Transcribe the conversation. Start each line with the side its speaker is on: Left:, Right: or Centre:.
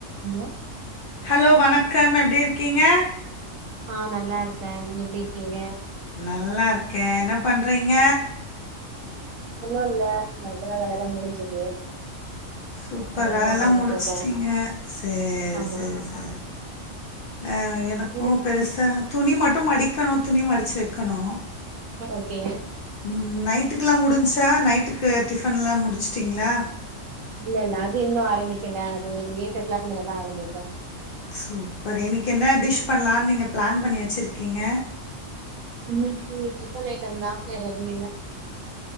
Right: ஹலா
Left: hello வணக்கம் எப்டி இருக்கீங்க
Right: ஆ நல்லா இருக்கே நீங்க எப்டி இருக்கீங்க
Left: நல்லாருக்கே என்ன பண்றீங்க
Right: ஒன்னு இல்ல நா இப்பதா வேல எல்லா முடிஞ்சுது
Left: சூப்பர்
Right: அதனால
Left: வேலல்லா
Right: உக்காஞ்சிட்ருக்கே
Left: முடிச்சுட்டீங்க சேரி
Right: ஆமா
Left: சேரி சேரி அ எனக்கூ
Right: நீங்க
Left: பெருசா துணி மட்டு மடிக்கணு துணி மடிச்சு வக்கணு
Right: சர் ஓக்கே
Left: ம் நைட்டுக்குல்லா முடின்ச்சா நைட்டுக்கு டிஃபன் எல்லா முடிச்சுட்டீங்ளா
Right: இல்லல் அது இன்னு ஆரமிக்கல அது ஒரு எயிட் ஓ க்ளாக் மேலதா ஆரமிப்ப
Left: சூப்பர் இன்னைக்கு என்ன டிஷ் பண்லான் நீங்க ப்ளான் பண்ணி வச்சுருக்கீங்க
Right: இன்னைக்கு சிக்கன் ஐட்டம் தா வேறெதுமே இல்ல